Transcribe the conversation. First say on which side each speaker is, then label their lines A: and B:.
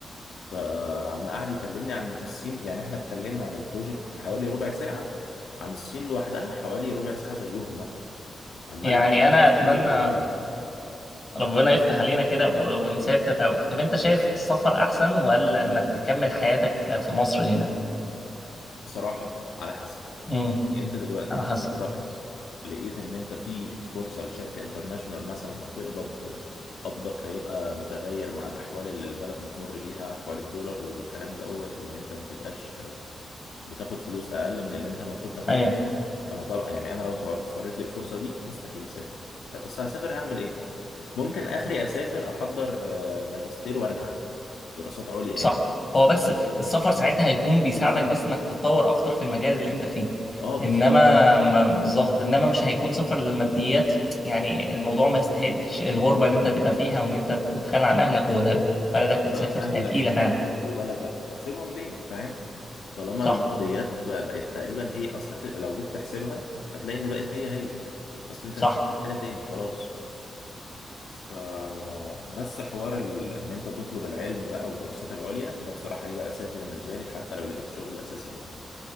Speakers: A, on the left; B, on the left.
A: فعم قعد يكلمني عن الصين يعني احنا اتكلمنا عن البروجكت حوالي ربع ساعة عن الصين لوحدها حوالي ربع ساعة زيهم مثلا عمال
B: يعني انا
A: يحكي
B: اتمنى
A: لي أوهام
B: ربنا يفتح علينا كده و- ونسافر أو طب أنت شايف السفر أحسن ولا إنك تكمل حياتك في مصر هنا؟
A: بصراحة على حسب
B: امم
A: يعني انت دلوقتي
B: على
A: انت
B: حسب
A: اتخرجت لقيت ان انت في فرصه لشركه انترناشونال مثلا هتقبض قبضك هيبقى متغير مع الاحوال اللي البلد بتمر بيها احوال الدولار والكلام دوت وان انت ما تبقاش بتاخد فلوس اقل من اللي انت المفروض تاخدها
B: أيوه
A: انا طبعا يعني انا لو اتوفرت لي الفرصه دي مستحيل اسافر اصل هسافر هعمل ايه ممكن اخري اسافر احضر آه، ماجستير وارجع دراسات عليا
B: صح
A: يعني
B: هو بس السفر ساعتها هيكون بيساعدك بس إنك تتطور أكتر في المجال اللي أنت فيه
A: اه
B: إنما
A: بالظبط
B: م- بالظبط إنما مش هيكون سفر للماديات يعني الموضوع ما يستاهلش الغربة اللي أنت هتبقى فيها وإن أنت تتخلى عن أهلك وبلدك وتسافر
A: واهلك
B: هي تقيلة
A: وناسك
B: فعلا
A: وبلدك هتسيبهم ليه فاهم طالما
B: صح
A: الماديات بقى- بقت تقريبا هي اصل هت... لو جيت تحسبها هتلاقي ان بقت هي هي اصل انت
B: صح
A: مش محتاج حاجة تاني خلاص ف بس حوار ال... ان انت تطلب العلم بقى والدراسات العليا ده بصراحة هيبقى اساسي بالنسبة لي حتى لو لقيت شغل اساسي هنا